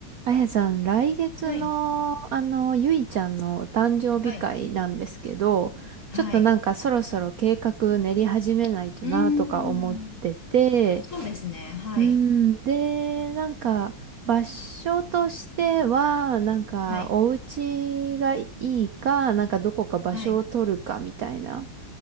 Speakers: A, on the right (about 75°); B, on the left (about 50°).
A: あやさん、来月の、
B: はい。
A: あの、ゆいちゃんのお誕生日会なんですけど、
B: はい。はい。
A: ちょっとなんかそろそろ計画練り始めないとなとか思ってて、
B: うーん。そうですね。はい。
A: うん、で、なんか場所としては、なんかお家がいいか、
B: はい。
A: なんかどこか場所を取るかみたいな
B: はい。